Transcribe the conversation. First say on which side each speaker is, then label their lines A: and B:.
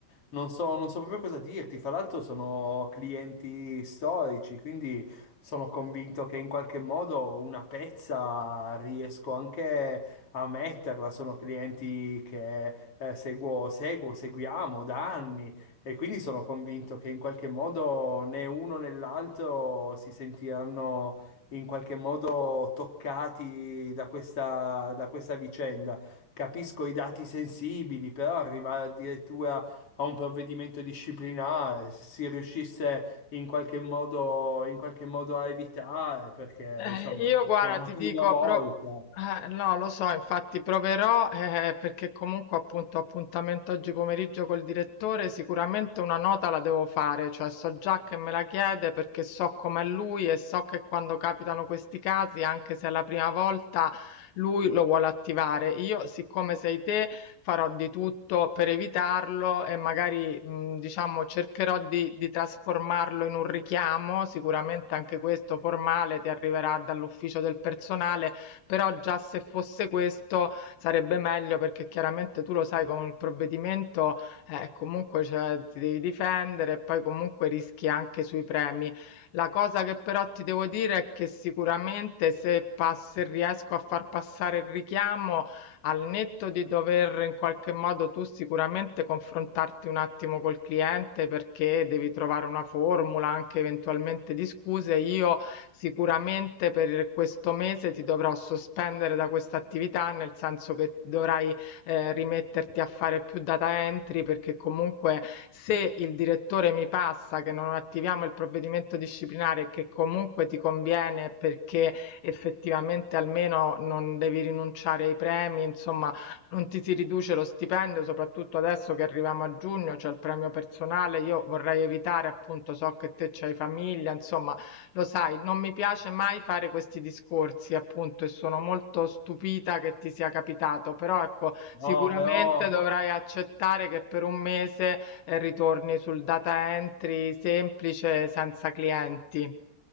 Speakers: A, on the left (about 35°); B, on the left (about 85°).
A: non so, non so proprio cosa dirti, fra l'altro sono clienti storici, quindi sono convinto che in qualche modo una pezza riesco anche a metterla, sono clienti che eh, seguo, seguo, seguiamo da anni e quindi sono convinto che in qualche modo né uno né l'altro si sentiranno in qualche modo toccati da questa, da questa vicenda. Capisco i dati sensibili, però arrivare addirittura a un provvedimento disciplinare, se si riuscisse in qualche modo, in qualche modo a evitare, perché
B: Eh,
A: insomma
B: io guarda,
A: è la
B: ti
A: prima
B: dico,
A: volta.
B: pro- eh, no, lo so, infatti proverò eh, perché comunque appunto ho appuntamento oggi pomeriggio col direttore, sicuramente una nota la devo fare, cioè so già che me la chiede perché so com'è lui e so che quando capitano questi casi, anche se è la prima volta, lui lo vuole attivare. Io, siccome sei te, farò di tutto per evitarlo e magari, mhmm, diciamo cercherò di di trasformarlo in un richiamo, sicuramente anche questo formale ti arriverà dall'ufficio del personale, però già se fosse questo sarebbe meglio perché chiaramente tu lo sai con il provvedimento, eh, comunque cioè ti devi difendere e poi comunque rischi anche sui premi. La cosa che però ti devo dire è che sicuramente se pass se riesco a far passare il richiamo, al netto di dover in qualche modo tu sicuramente confrontarti un attimo col cliente perché devi trovare una formula anche eventualmente di scuse, io sicuramente per questo mese ti dovrò sospendere da questa attività, nel senso che dovrai eh, rimetterti a fare più data entry perché comunque se il direttore mi passa che non attiviamo il provvedimento disciplinare che comunque ti conviene perché effettivamente almeno non devi rinunciare ai premi, insomma, non ti si riduce lo stipendio, soprattutto adesso che arriviamo a giugno, c'è il premio personale. Io vorrei evitare, appunto, so che te c'hai famiglia, insomma, lo sai, non mi piace mai fare questi discorsi, appunto, e sono molto stupita che ti sia capitato, però ecco,
A: No,
B: sicuramente
A: però.
B: dovrai accettare che per un mese eh, ritorni sul data entry semplice senza clienti.